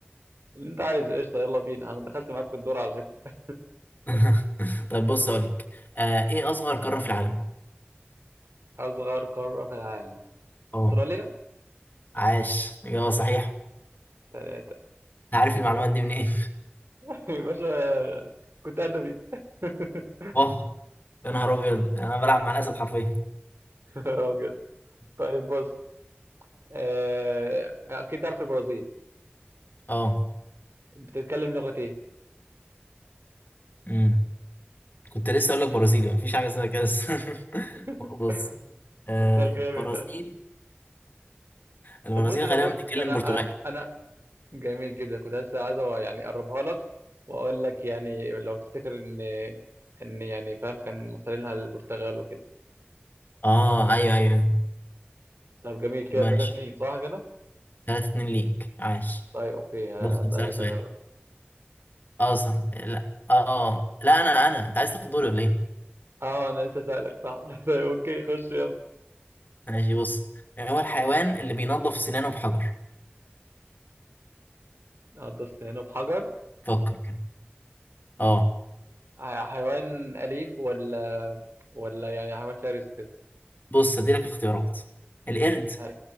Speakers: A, on the right; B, on the left.
A: اللي أنت عايزه قشطة يلا بينا أنا دخلت معاك في الدور على فكرة
B: <laughs> طيب بص أقولك آه إيه أصغر قارة في العالم؟
A: أصغر قارة في العالم
B: أه
A: أستراليا
B: عاش إجابة صحيحة
A: تلاتة
B: أنت عارف المعلومات دي منين؟
A: <laughs> يا باشا كنت أدبي <laughs>
B: <laughs> واه يا نهار أبيض أنا بلعب مع الأسد حرفيا
A: آه بجد طيب بص آه، أكيد تعرف البرازيل
B: اه
A: بتتكلم لغة إيه؟
B: امم كنت لسه اقول لك برازيلي مفيش حاجه اسمها كده بس <laughs>
A: <laughs>
B: بص آه
A: سؤال جامد
B: البرازيل
A: ده
B: البرازيل
A: طب بص بص
B: غالبا بتتكلم
A: أنا
B: برتغالي
A: أنا جميل جدا كنت لسه عايز أو- يعني اقربها لك واقول لك يعني لو تفتكر ان ان يعني فاهم كان محتلينها البرتغال وكده
B: اه ايوه ايوه
A: طب جميل كده
B: ماشي
A: 3 2 صح كده
B: 3 2 ليك عاش
A: طيب اوكي هسألك
B: بص هسألك سؤال
A: انا بقى
B: اه صح لا اه لا انا انا انت عايز تاخد دوري ولا ايه
A: اه انا لسه سألك صح <laughs> طيب اوكي خش يلا
B: ماشي بص يعني هو الحيوان اللي بينظف سنانه بحجر
A: هتضيف هنا بحجر
B: فكر كده اه
A: ح- حيوان اليف ولا ولا يعني حيوان شرس وكده
B: بص هديلك اختيارات القرد
A: ح-